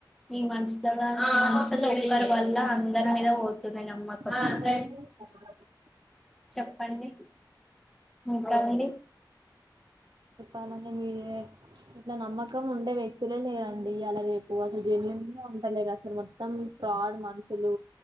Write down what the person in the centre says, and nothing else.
ఈ మనసుల మనసులో ఉరు వల్ల అందరి మీద పోతుంది.
చెప్పండి ఇంకాండి.